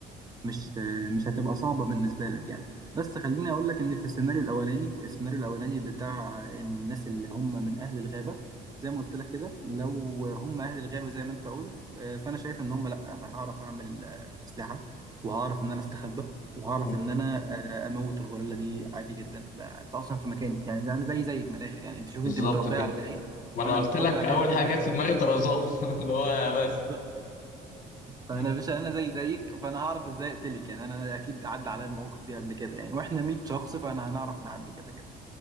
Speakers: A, on the right; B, on the left.
A: مش مش هتبقى صعبة بالنسبة لك يعني بس خليني أقول لك إن في السيناريو الأولاني السيناريو الأولاني بتاع الناس اللي هم من أهل الغابة زي ما قلت لك كده لو هم أهل الغابة زي ما أنت قلت آه، فأنا شايف إن هم لأ أنا هعرف أعمل آه، أسلحة وهعرف إن أنا أستخبى وهعرف
B: مم.
A: إن أنا آه، أموت الغوريلا دي عادي جدا ده أنت أصلا في مكاني يعني ده أنا زي زيك من الآخر يعني أنت شوف
B: بالظبط
A: أنت متربية
B: كده
A: على إيه
B: ما
A: وأنا
B: أنا قلت
A: متربي
B: لك
A: على
B: أول
A: هنا كمان
B: حاجة جت في دماغي طرزان <laughs> اللي هو بس
A: <laughs> بالظبط فانا
B: مم.
A: يا باشا انا زي زيك فانا هعرف ازاي اقتلك يعني انا اكيد عدى عليا المواقف دي قبل كده يعني واحنا 100 شخص فانا هنعرف نعدي كده كده